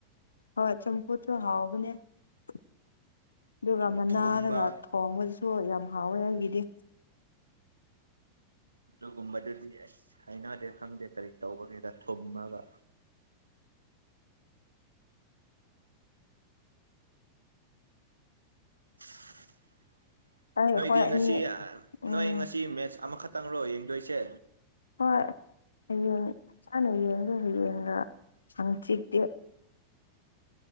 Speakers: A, on the left (about 70°); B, on the right (about 80°).
A: ꯍꯣꯏ ꯆꯝꯐꯨꯁꯨ ꯍꯥꯎꯕꯅꯦ ꯑꯗꯨꯒ
B: ꯑꯗꯨꯕꯨ
A: ꯃꯅꯥꯔꯒ
B: ꯊꯣꯡꯕ
A: ꯈꯣꯡꯕꯗꯨꯁꯨ ꯌꯥꯝ ꯍꯥꯎꯋꯦ ꯑꯩꯒꯤꯗꯤ
B: ꯑꯗꯨꯒꯨꯝꯕꯗꯨꯗꯤ ꯑꯁ ꯍꯥꯏꯅꯗꯦ ꯈꯪꯗꯦ ꯀꯔꯤ ꯇꯧꯕꯒꯦꯗ ꯊꯨꯝꯃꯒ <unintelligible>
A: ꯑꯩ ꯑꯩꯈꯣꯏ
B: ꯅꯣꯏꯗꯤ
A: ꯑꯅꯤ
B: ꯉꯁꯤ
A: ꯎꯝ
B: ꯅꯣꯏ ꯉꯁꯤ ꯃꯦꯠꯁ ꯑꯃꯈꯛꯇꯪꯔꯣ ꯌꯦꯡꯗꯣꯏꯁꯦ
A: ꯍꯣꯏꯡ ꯏꯁꯥꯅ ꯌꯦꯡꯒ ꯍꯌꯦꯡꯒ ꯌꯥꯝ ꯆꯤꯛꯇꯦ